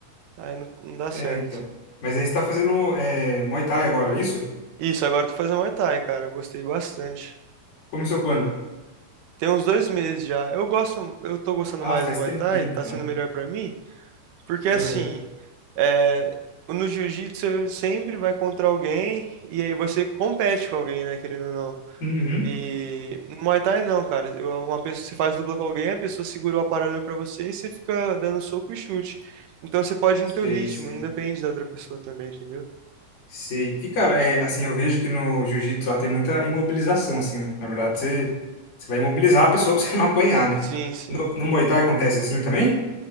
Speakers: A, on the right; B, on the left.
A: aí não, não dá
B: É,
A: certo.
B: então. Mas aí você tá fazendo eh, Muay Thai agora, é isso?
A: Isso, agora eu tô fazendo Muay Thai, cara. Eu gostei bastante.
B: Começou quando?
A: Tem uns dois meses já. Eu gosto, eu tô gostando
B: Ah,
A: mais
B: faz
A: do Muay
B: tempinho,
A: Thai, tá
B: então.
A: sendo melhor pra mim, porque assim,
B: Aham.
A: é, no Jiu-Jitsu você sempre vai contra alguém e aí você compete com alguém, né, querendo ou não.
B: Uhum.
A: E no Muay Thai não, cara. Eu- Uma pessoa, você faz dupla com alguém, a pessoa segurou a parada pra você e você fica dando soco e chute. Então você pode ir no teu
B: Sei,
A: ritmo,
B: sei.
A: não depende da outra pessoa também, entendeu?
B: Sei. E, cara, é, assim, eu vejo que no jiu-jitsu lá tem muita imobilização, assim, né? Na verdade, você, você vai imobilizar a pessoa <laughs> pra você não apanhar, né?
A: Sim, sim.
B: No, no Muay Thai acontece assim também?